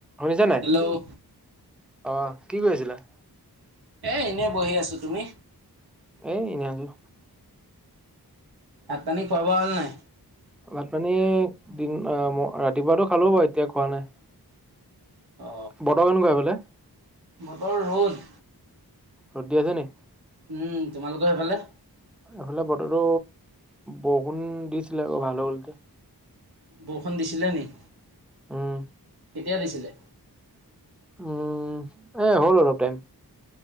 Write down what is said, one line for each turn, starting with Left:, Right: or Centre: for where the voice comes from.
Centre: শুনিছা নাই
Right: হেল্ল'
Centre: অঁ কি কৰি আছিলা
Right: এ এনেই বহি আছো তুমি
Centre: এই এনেই আছো
Right: ভাত পানী খোৱা বোৱা হ'ল নাই
Centre: ভাতপানী দিন ৰাতিপুৱাটো খালো বাৰু এতিয়া খোৱা নাই
Right: অ
Centre: বতৰ কেনেকুৱা সেইফালে।
Right: বতৰ ৰ'দ
Centre: ৰ'দ দি আছে নি?
Right: উম তোমালোকৰ সেইফালে?
Centre: এইফালে বতৰটো বৰষুণ দিছিলে আকৌ ভাল হল এতিয়া।
Right: বৰষুণ দিছিলে নি?
Centre: উম।
Right: কেতিয়া দিছিলে?
Centre: উম, এ' হ'ল অলপ টাইম।